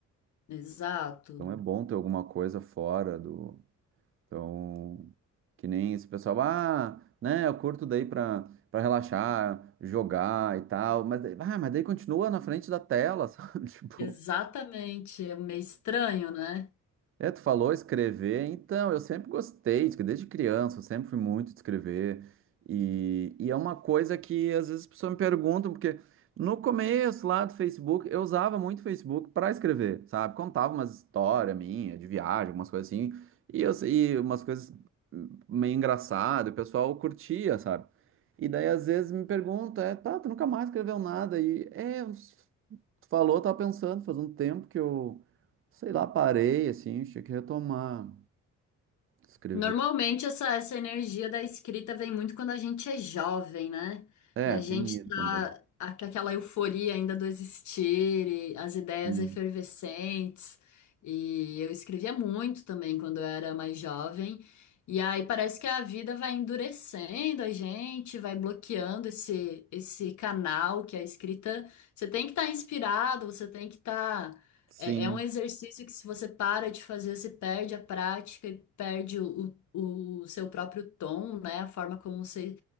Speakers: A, on the left (about 70°); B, on the right (about 45°).
A: Exato.
B: Então é bom ter alguma coisa fora do. Então, que nem esse pessoal, ah, né? Eu curto daí pra, pra relaxar, jogar e tal, mas, daí- ah, mas daí continua na frente da tela, <laughs> sabe? Tipo.
A: Exatamente. É meio estranho, né?
B: É, tu falou escrever, então, eu sempre gostei, de- desde criança, eu sempre fui muito de escrever, e, e é uma coisa que às vezes as pessoas me perguntam, porque no começo lá do Facebook, eu usava muito o Facebook para escrever, sabe? Contava umas histórias minhas, de viagem, algumas coisas assim, e, eu, e umas coisas meio engraçadas, o pessoal curtia, sabe? E daí às vezes me perguntam, é, tá, tu nunca mais escreveu nada, e é, tu falou, eu tava pensando, faz um tempo que eu Sei lá, parei, assim, tinha que retomar, escrever.
A: Normalmente essa, essa energia da escrita vem muito quando a gente é jovem, né?
B: É,
A: E a
B: tem
A: gente
B: isso
A: tá
B: também.
A: a- com aquela euforia ainda do existir, e as ideias
B: Sim.
A: efervescentes. E eu escrevia muito também quando eu era mais jovem. E aí parece que a vida vai endurecendo a gente, vai bloqueando esse, esse canal que é a escrita. Você tem que estar inspirado, você tem que estar
B: Sim.
A: é, é um exercício que, se você para de fazer, você perde a prática e perde o, o, o seu próprio tom, né? A forma como você